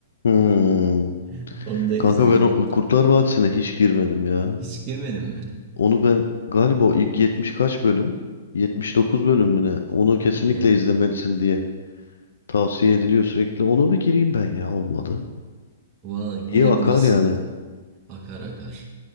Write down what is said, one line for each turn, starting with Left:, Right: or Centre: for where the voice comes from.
Left: Hmm.
Right: <laughs> Onu da izliyorum.
Left: Kanka ben o Kurtlar Vadisi'ne hiç girmedim ya.
Right: Hiç girmedin mi?
Left: Onu ben galiba o ilk 70 kaç bölüm? 79 bölüm mü ne? Onu kesinlikle
Right: Evet.
Left: izlemelisin diye tavsiye ediliyor sürekli. Ona bir gireyim ben ya olmadı.
Right: Valla girebilirsin.
Left: İyi akar yani.
Right: Akar akar.